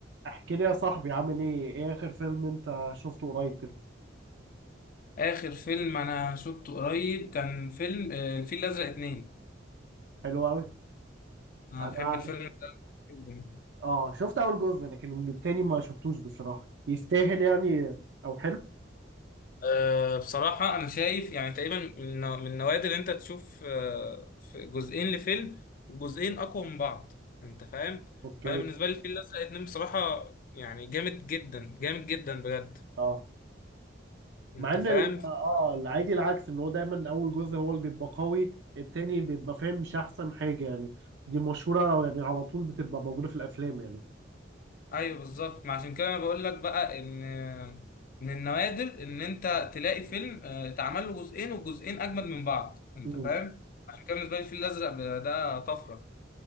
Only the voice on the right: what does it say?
احكي لي يا صاحبي عامل ايه ايه اخر فيلم انت شفته قريب كده
حلو قوي
انا
اه شفت اول جزء لكن التاني ما شفتوش بصراحة يستاهل يعني او حلو
اوكي
اه
مع ان
ال- اه آه، العادي العكس ان هو دايما اول جزء هو اللي بيبقى قوي التاني بيبقى فاهم مش احسن حاجة يعني دي مشهورة أو يعني على طول بتبقى موجودة في الافلام يعني
مم.